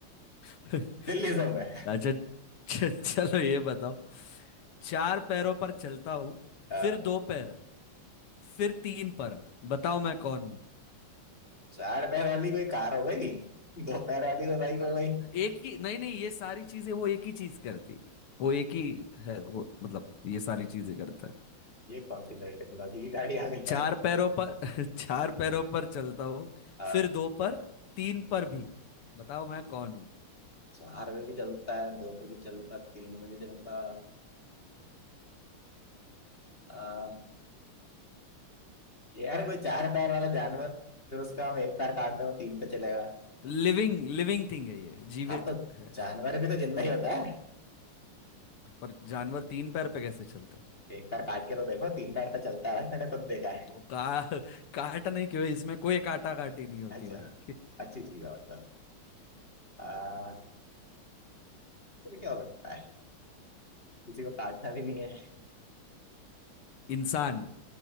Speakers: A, on the left; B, on the left.
A: <laughs>
B: दिल्ली से हूँ मैं
A: अच्छा च- चलो ये बताओ चार पैरों पर चलता हूँ
B: हाँ,
A: फिर दो पैर फिर तीन पर बताओ मैं कौन हूँ
B: चार पैर वाली कोई कार हो गई दो पैर वाली कोई बाइक हो गई
A: एक ही नहीं नहीं ये सारी चीजें वो एक ही चीज करती वो एक ही है वो मतलब ये सारी चीजें करता है
B: ये कौन सी नई टेक्नोलॉजी की गाड़ी आ गई
A: चार
B: भाई
A: पैरों पर <laughs> चार पैरों पर चलता हूँ
B: हाँ
A: फिर दो पर तीन पर भी बताओ मैं कौन
B: चार में भी चलता है दो पे भी चलता है तीन में भी चलता है। हाँ यार कोई चार पैर वाला जानवर फिर उसका हम एक पैर काट दें वो तीन पे चलेगा
A: लिविंग लिविंग थिंग है ये जीवित
B: हाँ तो
A: है
B: जानवर भी तो जिंदा ही होता है
A: पर जानवर तीन पैर पे कैसे चलता है
B: एक पैर काट के तो देखो तीन पैर पे चलता है भाई मैंने खुद देखा है
A: तो का काट नहीं क्यों इसमें कोई काटा काटी नहीं होती
B: अच्छा
A: भाई <laughs>
B: अच्छी चीज और तो आ, तो क्या हो सकता है किसी को काटना भी नहीं है
A: इंसान